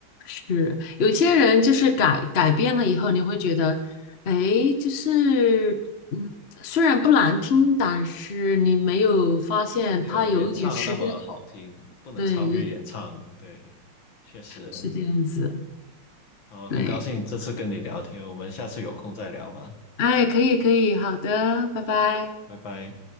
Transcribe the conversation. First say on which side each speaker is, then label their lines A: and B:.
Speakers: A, on the left; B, on the left.
A: 是，有些人就是改改变了以后，你会觉得，哎，就是嗯，虽然不难听，但是你没有发现他有一点失真，
B: 就没有原唱那么好听，不能超越原唱。
A: 对，有
B: 对，确实，
A: 是这样子，
B: 好，
A: 对，
B: 很高兴这次跟你聊天，我们下次有空再聊吧。
A: 哎，可以可以，好的，
B: 好的，
A: 拜拜。
B: 拜拜。